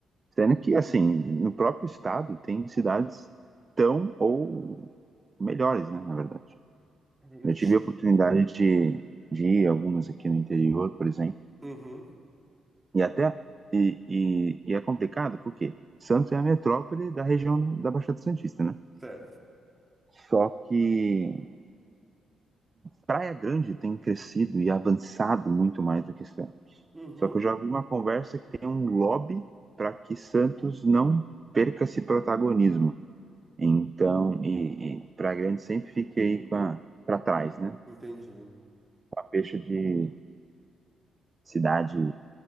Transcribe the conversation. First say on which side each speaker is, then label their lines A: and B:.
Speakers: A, on the right; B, on the right.
A: Sendo que, assim, no próprio estado tem cidades tão ou melhores, né, na verdade.
B: eu
A: Eu
B: tinha.
A: tive a oportunidade de, de ir a algumas aqui no interior, por exemplo.
B: Uhum,
A: E até e, e, e é complicado porque Santos é a metrópole da região da Baixada Santista, né?
B: certo.
A: Só que Praia Grande tem crescido e avançado muito mais do que Santos.
B: Uhum,
A: Só que eu já vi uma conversa que tem um lobby para que Santos não perca esse protagonismo. Então, e, e Praia Grande sempre fica aí para trás, né?
B: entendi.
A: A peixe de cidade